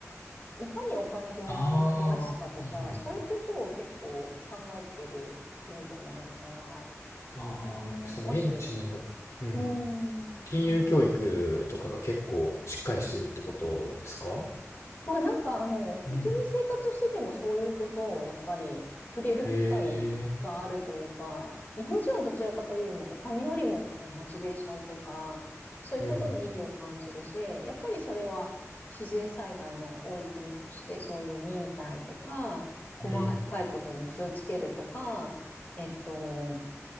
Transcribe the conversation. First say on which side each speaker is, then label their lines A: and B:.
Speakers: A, on the left; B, on the left.
A: いかにお金でお金を増やすかとか、
B: ああ、はいはいはい。
A: そういうことを結構考えてる国でもあるから、
B: ああ、
A: ねえ、
B: その現地の、
A: もし
B: うん。
A: うん。
B: 金融教育とかが結構しっかりしてるってことですか
A: まあ、なんか、あの、普通に生活しててもそういうことをやっぱり触れる機会があるというか、
B: うん。へえ、
A: 日本人はどちらかというよりもお金よりもこうモチベーションとか、そういうことに意義を感じるし、
B: うん、
A: やっぱりそれは自然災害の多い国として、そういう忍耐とか、細かいことに気をつけるとか、
B: うん。
A: えっと、